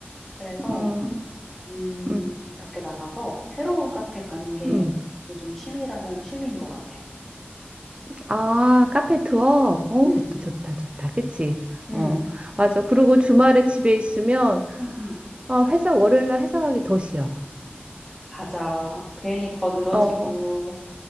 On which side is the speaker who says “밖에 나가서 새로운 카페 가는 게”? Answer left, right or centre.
Centre